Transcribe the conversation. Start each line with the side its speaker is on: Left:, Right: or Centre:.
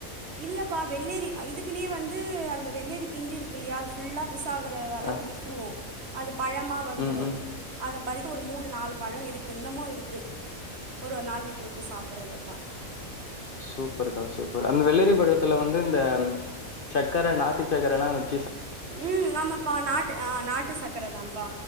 Right: இல்லப்பா வெள்ளேரி இதுக்குனே வந்து அந்த வெள்ளேரி பிஞ்சு இருக்குல்லையா அது ஃபுல்லாப் பெருசாகற அளவுக்கு
Left: அ
Right: விட்டுருவோம் அது பழமா வந்துடும்
Left: ம், ம்.
Right: அதப் பாதிக்கு ஒரு மூணு நாலு பழோ இருக்கு இன்னமு இருக்கு ஒரு ஒரு நாள் விட்டு விட்டு சாப்பிட்றதுப்பா
Left: சூப்பருக்கா சூப்பர் அந்த வெள்ளரி பழத்துல வந்து இந்த சக்கரை நாட்டு சக்கரை எல்லா வச்
Right: உம் ஆமாப்பா நாட்டு ஆ நாட்டு சக்கர தான்ப்பா